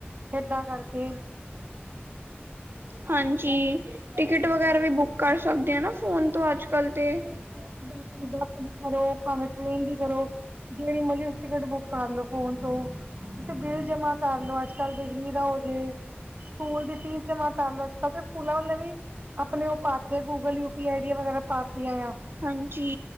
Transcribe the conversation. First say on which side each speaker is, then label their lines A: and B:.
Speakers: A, on the right; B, on the right.
A: ਇੱਦਾਂ ਕਰਕੇ।
B: ਹਾਂਜੀ, ਟਿਕਟ ਵਗੈਰਾ ਵੀ ਬੁੱਕ ਕਰ ਸਕਦੇ ਆਂ ਨਾ ਫੋਨ ਤੋਂ ਅੱਜ ਕੱਲ ਤੇ।
A: ਬਿਲਕੁਲ, ਬੱਸ ਦੀ ਕਰੋ ਭਾਵੇਂ ਟ੍ਰੇਨ ਦੀ ਕਰੋ। ਜਿਹੜੀ ਮਰਜੀ ਟਿਕਟ ਬੁੱਕ ਕਰ ਲੋ, ਫੋਨ ਤੋਂ। ਤੇ ਬਿੱਲ ਜਮਾਂ ਕਰ ਲਓ ਅੱਜ ਕੱਲ੍ਹ, ਬਿਜਲੀ ਦਾ ਹੋ ਜੇ ਸਕੂਲ ਦੀ ਫੀਸ ਜਮ੍ਹਾਂ ਕਰ ਲੋ। ਅੱਜ ਕੱਲ੍ਹ ਤੇ ਸਕੂਲਾਂ ਵਾਲ਼ੇ ਵੀ। ਆਪਣੇ ਉਹ ਪਾਤੇ, ਗੂਗਲ ਯੂਪੀ ਆਈ ਡੀ ਵਗੈਰਾ ਪਾਤੀਆਂ ਆ।
B: ਹਾਂਜੀ।